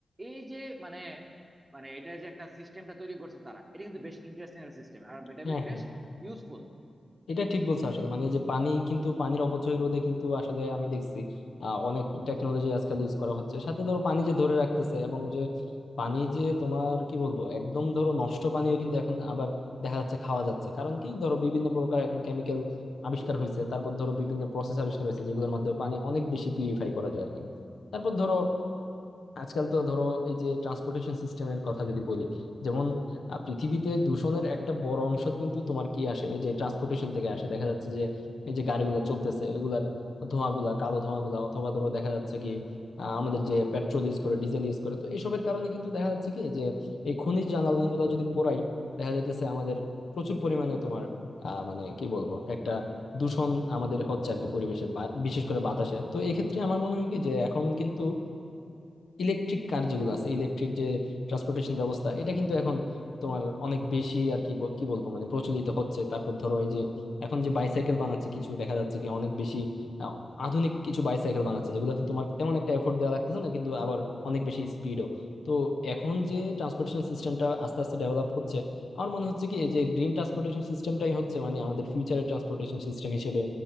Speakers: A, on the right (about 20°); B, on the left (about 70°).
A: এই যে মানে মানে এটা যে একটা সিস্টেমটা তৈরি করছে তারা এটা কিন্তু বেশ ইন্টারেস্টিং একটা সিস্টেম আর এটা
B: হ্যাঁ
A: বে-
B: হ্যাঁ
A: বেশ ইউজফুল
B: এটা ঠিক বলছো আসলে মানে যে পানি কিন্তু পানির অপচয় রোধে কিন্তু আসলে আমি দেখছি আহ, অনেক টেকনোলজি আজকাল ইউজ করা হচ্ছে সাথে ধরো পানি যে ধরে রাখতেছে এবং যে পানি যে তোমার কি বলবো একদম ধরো নষ্ট পানিও কিন্তু এখন আবার দেখা যাচ্ছে খাওয়া যাচ্ছে কারণ কি ধরো বিভিন্ন প্রকার এখন কেমিক্যাল আবিষ্কার হয়েছে তারপর ধরো বিভিন্ন প্রসেস আবিষ্কার হয়েছে যেগুলোর মাধ্যমে পানি অনেক বেশি পিউরিফাই করা যায় আর কি তারপর ধরো আজকাল তো ধরো এই যে ট্রান্সপোর্টেশন সিস্টেমের কথা যদি বলি যেমন আহ, পৃথিবীতে দূষণের একটা বড় অংশ কিন্তু তোমার কি আসে এই যে ট্রান্সপোর্টেশন থেকে আসে দেখা যাচ্ছে যে এই যে গাড়িগুলো চলতেছে এগুলার ধোঁয়াগুলা কালো ধোঁয়াগুলা অথবা ধরো দেখা যাচ্ছে কি আহ, আমাদের যে পেট্রোল ইউজ করে ডিজেল ইউজ করে তো এসবের কারণে কিন্তু দেখা যাচ্ছে কি যে এই খনিজ জ্বালানিগুলো যদি পোড়াই দেখা যাইতেছে আমাদের প্রচুর পরিমাণে তোমার আহ মানে কি বলবো একটা দূষণ আমাদের হচ্ছে আর কি পরিবেশে বা- বিশেষ করে বাতাসে তো এক্ষেত্রে আমার মনে হয় কি যে এখন কিন্তু ইলেকট্রিক কার যেগুলো আছে ইলেকট্রিক যে ট্রান্সপোর্টেশন ব্যবস্থা এটা কিন্তু এখন তোমার অনেক বেশি আর কি ব- কি বলবো মানে প্রচলিত হচ্ছে তারপর ধরো এই যে এখন যে বাইসাইকেল বানাচ্ছে কিছু দেখা যাচ্ছে কি অনেক বেশি আহ, আধুনিক কিছু বাইসাইকেল বানাচ্ছে যেগুলোতে তোমার তেমন একটা এফোর্ট দেওয়া লাগতেছে না কিন্তু আবার অনেক বেশি স্পিডও তো এখন যে ট্রান্সপোর্টেশন সিস্টেমটা আস্তে আস্তে ডেভেলপ হচ্ছে আমার মনে হচ্ছে কি এই যে গ্রিন ট্রান্সপোর্টেশন সিস্টেমটাই হচ্ছে মানে আমাদের ফিউচারের ট্রান্সপোর্টেশন সিস্টেম হিসেবে